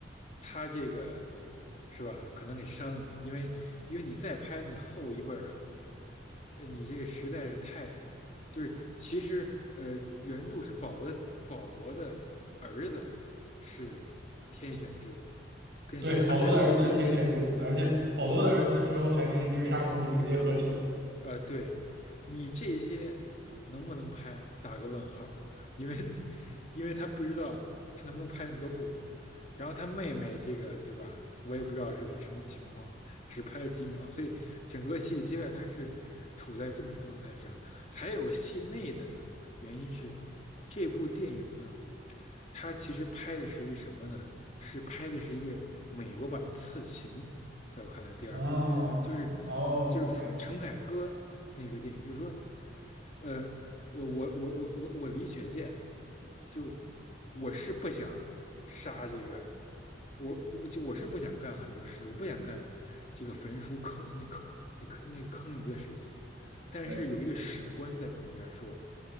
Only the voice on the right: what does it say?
对，保罗的儿子是天选之子，而且保罗的儿子之后还跟一只沙虫直接合体了。
哦，
哦，OK，
对。